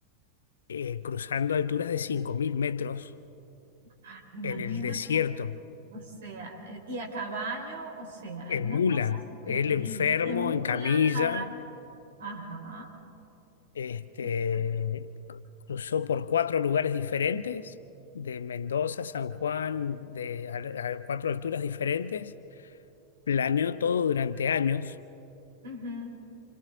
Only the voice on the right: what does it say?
Ah, Imagínate,
o sea, eh, y a caballo, o sea,
es una
cosa increíble.
En mula,
a caballo. Ajá,
exacto.
Ujú,